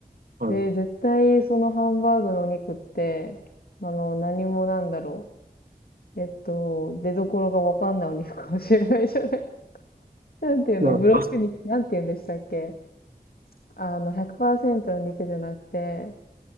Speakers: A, on the right (about 75°); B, on the left (about 85°).
A: い、はい。
B: で、絶対そのハンバーグのお肉って、あの、何もなんだろう。えっと、出所がわかんないお肉かもしれないじゃない。<laughs> なんていうの、
A: まあ、
B: ブロック肉、なんていうんでしたっけあの、100%の肉じゃなくて、